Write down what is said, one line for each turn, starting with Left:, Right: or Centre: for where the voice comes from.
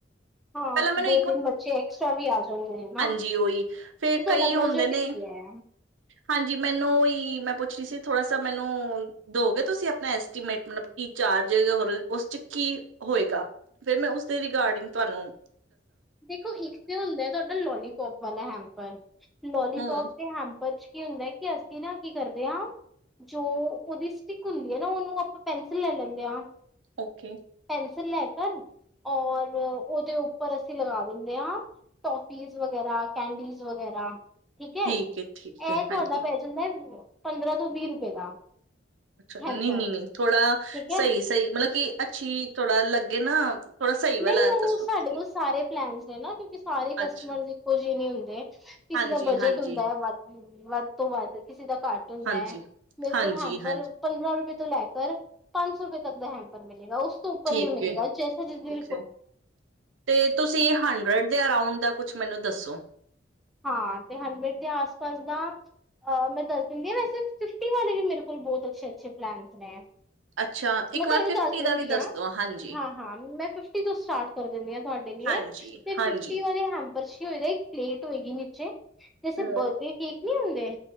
Centre: ਹਾਂ,
Right: ਪਹਿਲਾਂ ਮੈਨੂੰ
Centre: ਦੋ-ਤਿੰਨ ਬੱਚੇ ਐਕਸਟਰਾ ਵੀ ਆ ਜਾਂਦੇ ਨੇ ਨਾ।
Right: ਜੀ ਔਈ ਫਿਰ
Centre: ਤੇ ਤੁਹਾਡਾ
Right: ਕਈ ਹੁੰਦੇ
Centre: ਬਜਟ
Right: ਨੇ,
Centre: ਕੀ ਐ?
Right: ਹਾਂਜ ਜੀ ਮੈਨੂੰ ਮੈਂ ਪੁੱਛ ਰਹੀ ਸੀ ਥੋੜਾ ਸਾ ਮੈਨੂੰ ਦੋਗੇ ਤੁਸੀ ਆਪਣਾ ਐਸਟੀਮੇਟ ਮਤਲਬ ਕੀ ਚਾਰਜਸ ਔਰ ਉਸ ਚ ਕੀ ਹੋਏਗਾ ਫਿਰ ਮੈਂ ਉਸਦੇ ਰਿਗਾਰਡਿੰਗ ਤੁਆਨੂੰ
Centre: ਦੇਖੋ ਇੱਕ ਤੇ ਹੁੰਦਾ ਤੁਹਾਡਾ ਲੋਲੀ ਪੋਪ ਵਾਲਾ ਹੈਮਪਰ, ਲੌਲੀਪੋਪ
Right: ਹਮ
Centre: ਤੇ ਹੈਮਪ ਉਰ ਚ ਕੀ ਹੁੰਦੈ ਕਿ ਅਸੀਂ ਨਾ ਕੀ ਕਰਦੇ ਆਂ ਜੋ ਉਹਦੀ ਸਟਿਕ ਹੁੰਦੀ ਏ ਨਾ ਉਹਨੂੰ ਆਪਾਂ ਪੈਨਸਿਲ ਲੈ ਲੈਂਦੇ ਆਂ।
Right: ਔਕੇ।
Centre: ਤੁਸੀ ਲੈ ਕਰ ਔਰ ਉਹਦੇ ਉਪ ਪਰ ਅਸੀਂ ਲਗਾ ਦਿੰਦੇ ਆਂ ਟੋਫੀਜ਼ ਵਗੈਰਾ, ਕੈਂਡੀਸ ਵਗੈਰਾ। ਠੀਕ ਐ,
Right: ਠੀਕ ਹੈ, ਠੀਕ ਹੈ,
Centre: ਇਹ ਤੁਹਾਡਾ
Right: ਹਾਂਜੀ।
Centre: ਪੈ ਜਾਂਦੈ ਪੰਦਰਾਂ ਤੋਂ ਵੀਹ ਰੁਪਏ ਦਾ।
Right: ਅੱਛਾ
Centre: ਹੈਂਪਰ
Right: ਨੀ, ਨੀ, ਨੀ। ਥੋੜਾ
Centre: ਠੀਕ ਹੈ
Right: ਸਈ-ਸਈ ਮਤਲਬ ਕਿ ਅੱਛੀ ਥੋੜਾ ਲੱਗ ਅੱਗੇ ਨਾ ਥੋੜਾ ਸਹੀ
Centre: ਨਈ
Right: ਵਾਲਾ ਦੱਸੋ
Centre: ਉਹ ਸਾਡੇ
Right: ਤੁਸੀਂ।
Centre: ਕੋਲ ਸਾਰੇ ਪਲੈਨਸ ਨੇ ਨਾ ਕਿਉਂਕਿ ਸਾਰੇ
Right: ਅੱਛਾ,
Centre: ਕਸਟਮਰਸ ਇੱਕੋ ਜਿਹੇ ਨੀ ਹੁੰਦੇ। ਕਿਸੇ
Right: ਹਾਂਜੀ,
Centre: ਦਾ ਬਜਟ
Right: ਹਾਂਜੀ,
Centre: ਹੁੰਦਾ ਐ ਵੱਧ ਵੱਧ ਤੋਂ ਵੱਧ ਕਿਸ ਜਿੱਦਾਂ ਕਾਰਟੂਨਸ
Right: ਹਾਂਜੀ,
Centre: ਹੈ। ਮੇਰੇ
Right: ਹਾਂਜੀ,
Centre: ਕੋਲ ਹੈਮਪਰ
Right: ਹਾਂਜੀ
Centre: ਪੰਦਰਾਂ ਰੁਪਏ ਤੋਂ ਲੈ ਕਰ ਪੰਜ ਸੌ ਰੁਪ ਲੱਗਦਾ ਹੈਮਪਰ ਮੇਂ। ਜੇੜਾ ਉਸ ਤੋਂ ਉੱਪਰ
Right: ਠੀਕ
Centre: ਨੀ ਮਿਲੇਗਾ
Right: ਹੈ,
Centre: ਜੈਸਾ ਜਿਸ ਦੀ
Right: ਠੀਕ ਹੈ। ਤੇ ਤੁਸੀ ਹੰਡਰਡ ਦੇ ਅਰਾਉਂਡ ਦਾ ਕੁਛ ਮੈਨੂੰ ਦੱਸੋ। <inaudible>
Centre: ਹਾਂ ਤੇ ਹੰਡਰਡ ਦੇ ਆਸ ਪਾਸ ਦਾ ਮੈਂ ਦੱਸ ਦਿੰਦੀ ਹਾਂ, ਵੈਸੇ ਫਿਫਟੀ ਵਾਲੇ ਵੀ ਮੇਰੇ ਕੋਲ ਬਹੁਤ ਅੱਛੇ ਅੱਛੇ ਪਲੈਨਸ ਨੇ
Right: ਅੱਛਾ, ਇੱਕ
Centre: ਮੈਂ ਤੁਹਾਨੂੰ
Right: ਵਾਰ ਫਿਫਟੀ
Centre: ਦੱਸ ਦਿੰਦੀ
Right: ਦਾ ਵੀ ਦੱਸ
Centre: ਹਾਂ
Right: ਦੋ ਹਾਂਜੀ,
Centre: ਹਾਂ ਹਾਂ ਮੈਂ ਫਿਫਟੀ ਤੋਂ ਸਟਾਰਟ ਕਰ ਦਿੰਦੀ ਹਾਂ ਤੁਹਾਡੇ ਲਈ
Right: ਹਾਂਜੀ,
Centre: ਤੇ
Right: ਹਾਂਜੀ।
Centre: ਫਿਫਟੀ ਵਾਲੇ ਹੈਂਪਰ <inaudible> ਹੋਏਗੀ ਨੀਚੇ- ਜੈਸੇ
Right: ਹੂੰ,
Centre: ਬਰਥਡੇ ਕੇਕ ਨਹੀਂ ਹੁੰਦੇ